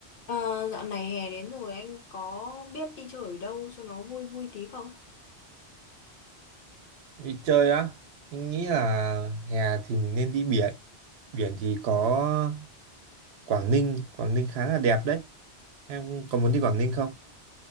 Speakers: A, on the left (about 60°); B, on the right (about 70°).
A: Ờ, dạo này hè đến rồi anh có biết đi chơi ở đâu cho nó vui vui tí không?
B: Đi chơi á, anh nghĩ là hè thì mình nên đi biển. Biển thì có Quảng Ninh, Quảng Ninh khá là đẹp đấy. Em có muốn đi Quảng Ninh không?